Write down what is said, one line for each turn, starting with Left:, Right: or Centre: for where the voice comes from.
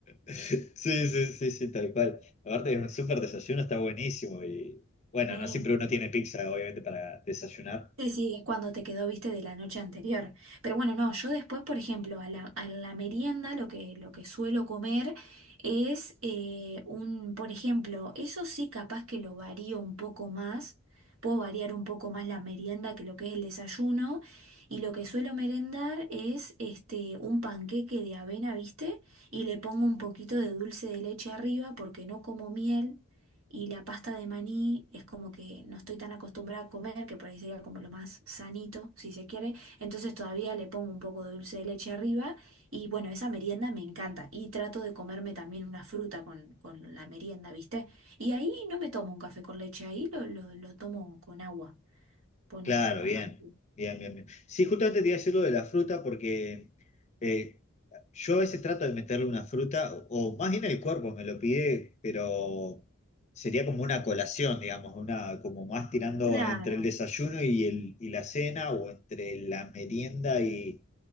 Left: sí, sí, sí, sí, tal cual. Aparte es un súper desayuno, está buenísimo y bueno,
Right: Sí.
Left: no siempre uno tiene pizza, obviamente, para desayunar.
Right: Sí, sí, es cuando te quedó, viste, de la noche anterior. Pero bueno, no, yo después, por ejemplo, a la, a la merienda lo que, lo que suelo comer es eh, un, por ejemplo, eso sí capaz que lo varío un poco más, puedo variar un poco más la merienda que lo que es el desayuno, y lo que suelo merendar es este, un panqueque de avena, viste, y le pongo un poquito de dulce de leche arriba porque no como miel. Y la pasta de maní es como que no estoy tan acostumbrada a comer, que por ahí sería como lo más sanito, si se quiere. Entonces todavía le pongo un poco de dulce de leche arriba. Y bueno, esa merienda me encanta. Y trato de comerme también una fruta con, con la merienda, ¿viste? Y ahí no me tomo un café con leche, ahí lo, lo, lo tomo con agua, ponele.
Left: Claro,
Right: con
Left: bien,
Right: la-
Left: bien, bien, bien. Sí, justamente te iba a decir lo de la fruta porque eh, yo a veces trato de meterle una fruta, o o más bien el cuerpo me lo pide, pero sería como una colación, digamos, una, como más tirando
Right: Claro.
Left: entre el desayuno y, el, y la cena, o entre la merienda y...